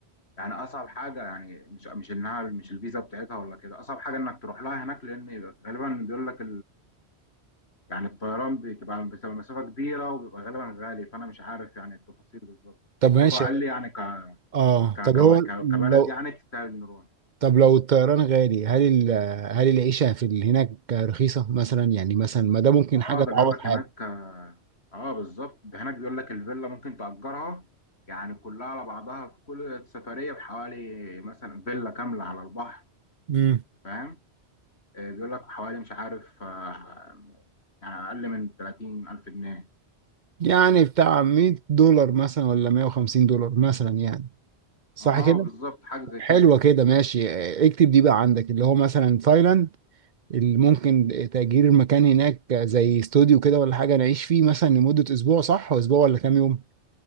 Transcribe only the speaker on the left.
يعني اصعب حاجة يعني مش مش انها مش الفيزا بتاعتها ولا كده اصعب حاجة انك تروح لها هناك لان غالبا بيقول لك يعني الطيران بتبقى بتبقى مسافة كبيرة وبيبقى غالبا غالي فأنا مش عارف يعني التفاصيل بالظبط
بس
هو قال
لي يعني ك...
ك...
ك...
ك- كبلد
يعني تستاهل نروح
اه
ده بيقول لك
هناك اه آه، بالظبط ده هناك بيقول لك الفيلا ممكن تأجرها يعني كلها على بعضها في كل سفرية بحوالي مثلا فيلا كاملة على البحر
فاهم آه، بيقول لك حوالي مش عارف آه، يعني أقل من 30 ألف جنيه
اه
بالظبط حاجة زي
كده